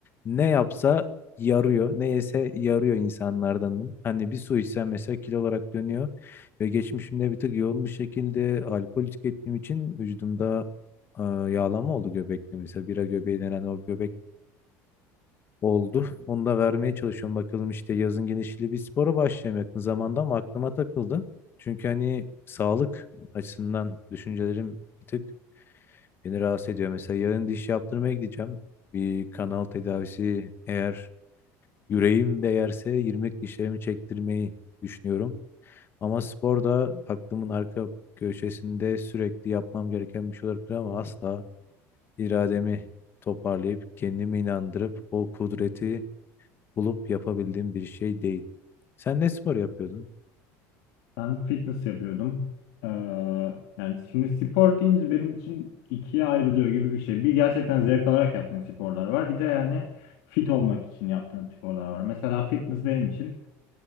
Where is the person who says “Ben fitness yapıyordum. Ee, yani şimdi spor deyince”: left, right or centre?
Left